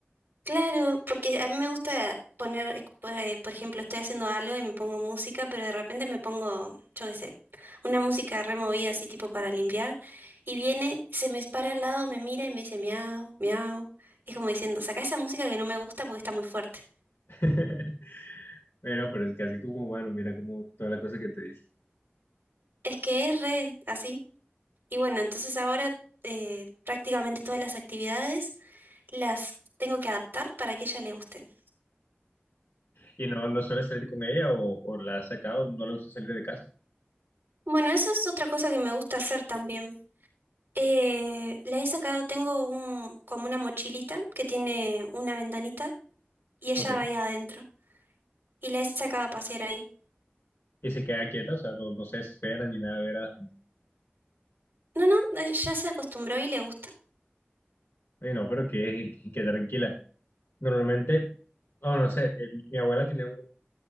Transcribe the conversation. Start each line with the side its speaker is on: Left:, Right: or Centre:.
Right: Claro, porque a mí me gusta poner, ex- por eh, por ejemplo, estoy haciendo algo y me pongo música, pero de repente me pongo, yo qué sé, una música removida así tipo para limpiar, y viene, se me para al lado, me mira y me dice miau, miau, y es como diciendo, saca esa música que no me gusta porque está muy fuerte.
Left: <laughs> Pero, pero es casi como bueno, mira como toda la cosa que te dice.
Right: Es que es re así. Y bueno, entonces ahora eh, prácticamente todas las actividades las tengo que adaptar para que a ella le gusten.
Left: Y no, no suele salir con ella o, o la ha sacado, no le gusta salir de casa.
Right: Bueno, eso es otra cosa que me gusta hacer también. Eh, la he sacado, tengo un, como una mochilita que tiene una ventanita y ella
Left: Ok.
Right: va ahí adentro. Y la he sacado a pasear ahí.
Left: Y se queda quieta, o sea, no, no se desespera ni nada de ver a la gente.
Right: No, no, eh, ya se acostumbró y le gusta.
Left: Oye, no, pero que, que, que tranquila. Normalmente, no, no sé, eh, mi, mi abuela tenía un,